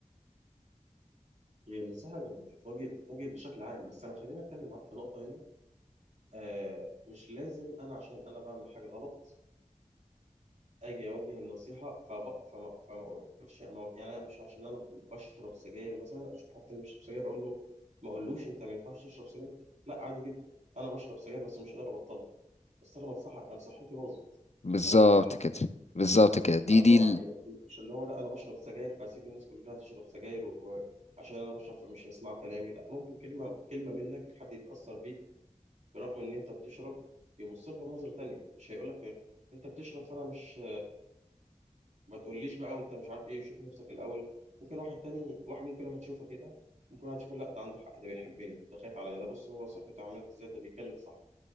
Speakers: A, on the right (about 60°); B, on the left (about 55°).
A: هي النصيحة لما بتتوجه بتتوجه بشكل عام بس أنا خليني أتكلم معاك في نقطة هنا آه مش لازم أنا عشان أنا بعمل حاجة غلط اجي اوجه النصيحه فب... فما فما اقولش ما... أقول- يعني انا مش عشان انا بشرب سجاير مثلا اشوف حد تاني بيشرب سجاير اقول له ما اقولوش انت ما ينفعش تشرب سجاير لا عادي جدا انا بشرب سجاير بس مش قادر ابطلها بس انا بنصحك انا صحتي باظت
B: بالظبط
A: انا بنصحك
B: كده بالظبط كده دي
A: لا طبعا
B: دي
A: يعني مش اللي هو لا انا بشرب سجاير فهسيب الناس كلها تشرب سجاير وعشان انا بشرب فمش هيسمعوا كلامي لا ممكن كلمه كلمه منك حد يتاثر بيك برغم ان انت بتشرب يبص لها نظره تانيه مش هيقول لك انت بتشرب فانا مش ما تقوليش بقى وانت مش عارف ايه شوف نفسك الاول ممكن واحد تاني واحد ممكن واحد يشوفها كده ممكن واحد يشوفها لا ده عنده حق ده بيحبني ده خايف عليا ده بص هو صحته عملت ازاي ده بيتكلم صح